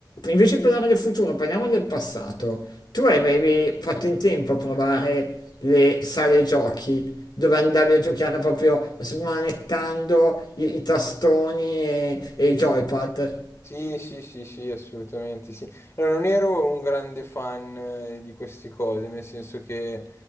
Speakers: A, on the left; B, on the left.
A: invece di parlare del futuro, parliamo del passato. Tu avevi fatto in tempo a provare le sale giochi, dove andavi a giocare proprio smanettando i, i tastoni e,
B: E-
A: e i joypad.
B: Sì, sì, sì, sì, assolutamente sì. Allora, non ero un grande fan eh, di queste cose, nel senso che